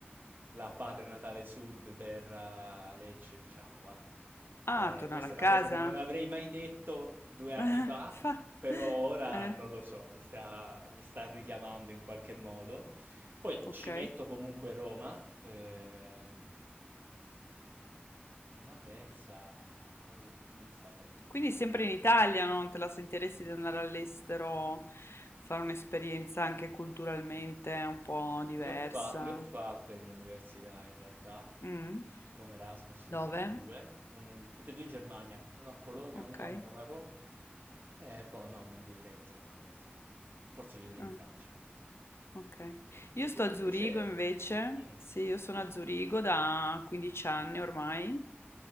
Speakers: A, on the right; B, on the left.
A: la patria natale sud, terra Lecce, diciamo, va.
B: Ah,
A: Eh,
B: tornare
A: questa
B: a
A: è una
B: casa?
A: cosa che non avrei mai detto due anni
B: <laughs>
A: fa,
B: Fa...
A: però ora
B: Eh,
A: non lo so, mi sta, mi sta richiamando in qualche modo. Poi
B: ok.
A: ci metto comunque Roma, ehm, una terza, non, lo- non saprei.
B: Quindi sempre in Italia, no? non te la sentiresti di andare all'estero, fare un'esperienza anche culturalmente un po' diversa?
A: Le ho, fa- le ho fatte in università in realtà,
B: Mm?
A: Come Erasmus, ne
B: Dove?
A: ho fatti 2, uno in tutti e 2 in Germania, uno a Colonia,
B: Ok.
A: uno a Monaco. Eh, boh, no, non vivrei in Germania, ad esempio. Forse vivrei
B: Ah,
A: in Francia.
B: ok. Io sto
A: Tu
B: a
A: invece...
B: Zurigo invece,
A: Mm.
B: sì, io sono a Zurigo da 15 anni ormai,